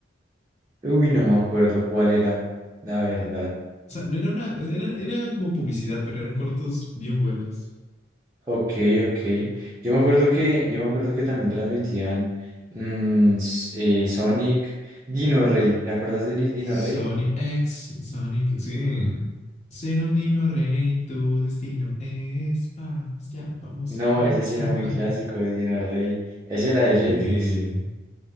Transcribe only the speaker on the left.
O sea, no era una, era, era como publicidad, pero eran cortos bien buenos.
Sonic
X, Sonic, sí. Ser un dino rey, tu destino es. Vamos, ya, vamos,
avanza,
<laughs>
avanza.
Sí.